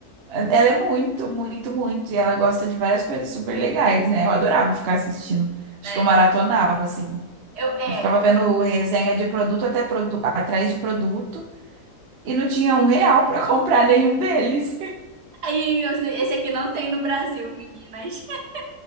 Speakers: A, on the right (about 45°); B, on the right (about 80°).
A: Ela é muito, muito, muito. E ela gosta de várias coisas super legais, né? Eu adorava ficar assistindo. Acho
B: É,
A: que eu maratonava, assim.
B: eu, é.
A: Eu ficava vendo resenha de produto até produ- atrás de produto e não tinha um real pra <laughs> comprar nenhum deles.
B: Aí, eu- esse aqui não tem no Brasil, meninas. <laughs>